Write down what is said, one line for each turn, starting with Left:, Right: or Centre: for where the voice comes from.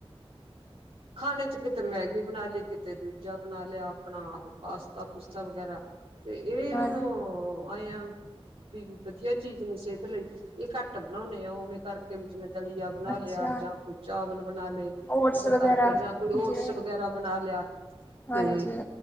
Right: ਖਾਣੇ ਚ ਕਿਤੇ ਮੈਗੀ ਬਣਾ ਲਈ, ਕਿਤੇ ਦੂਜਾ ਬਣਾ ਲਿਆ, ਆਪਣਾ ਉਹ ਪਾਸਤਾ ਪੂਸਤਾ ਵਗੈਰਾ ਤੇ ਇਹ
Left: ਹਾਂ
Right: ਹੁਣ ਵੀ ਵਧੀਆ ਚੀਜ਼ ਨੀ ਸਿਹਤ ਲਈ ਇਹ ਘੱਟ ਬਣਾਉਦੇ ਆ, ਉਵੇਂ ਕਰਕੇ ਜਿਵੇਂ ਦਲੀਆ ਬਣਾ
Left: ਅੱਛਾ
Right: ਲਿਆ, ਜਾਂ ਕੋਈ ਚਾਵਲ ਬਣਾ ਲਏ
Left: ਓਟਸ
Right: ਉਹਦਾ
Left: ਵਗੈਰਾ
Right: ਕਰਕੇ ਜਾਂ ਕੋਈ ਔਟਸ
Left: ਜਿਵੇਂ
Right: ਵਗੈਰਾ ਬਣਾ ਲਿਆ,
Left: ਹਾਂਜੀ
Right: ਤੇ